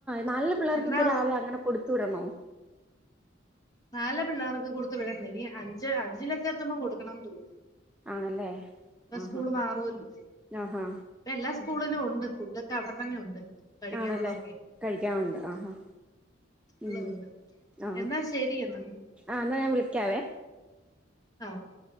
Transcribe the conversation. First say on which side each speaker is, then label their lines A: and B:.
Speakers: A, in the centre; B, on the left.
A: നാല്‌ ലെപിള്ളേർക്ക്
B: എന്നാ
A: അങ്ങനെരാവിലെ അങ്ങനെ കൊടുത്തു വിടണോ
B: നാലല് പിള്ളേർക്ക് കൊടുത്ത് വിടണ്ടഇനി അഞ്ച് അഞ്ചിലക്കെത്തുമ്പോ കൊടുക്കണംന്ന് തോന്നു..
A: ആണല്ലേ
B: ഇപ്പ
A: ആഹാ
B: സ്കൂള് മാറുവല്ലോ
A: ആഹാ
B: എല്ലാ സ്കൂളിലും ഉണ്ട് ഫുഡ്ഒക്കെ അവിടെ തന്നെ ഉണ്ട് കഴിക്കാനുള്ളതൊക്കെ
A: ആണല്ലേ കഴിക്കാനുണ്ട് ആഹാ ഉം
B: ഉള്ളതുണ്ട്
A: ആഹ
B: എന്നാ ശരി എന്നാ
A: ആ എന്നാൽ ഞാൻ വിളിക്കാവേ
B: ആ ഓക്കെ